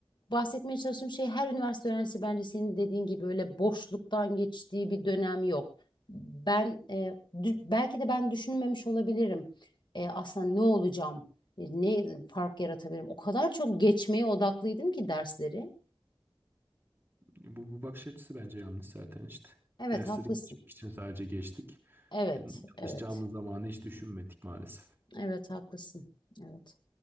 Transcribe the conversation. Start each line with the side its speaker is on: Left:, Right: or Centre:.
Left: bahsetmeye çalıştığım şey her üniversite öğrencisi bence senin dediğin gibi öyle boşluktan geçtiği bir dönem yok. Ben e, dü- belki de ben düşünmemiş olabilirim. E, aslında ne olacağım? E, Ne fark yaratabilirim? O kadar çok geçmeye odaklıydım ki dersleri.
Right: Bu, bu bakış açısı bence yanlış zaten işte.
Left: Evet
Right: Dersleri
Left: haklısın.
Right: geçmek için sadece geçtik.
Left: Evet,
Right: E, Çalışacağımız
Left: evet.
Right: zamanı hiç düşünmedik maalesef.
Left: Evet haklısın. Evet.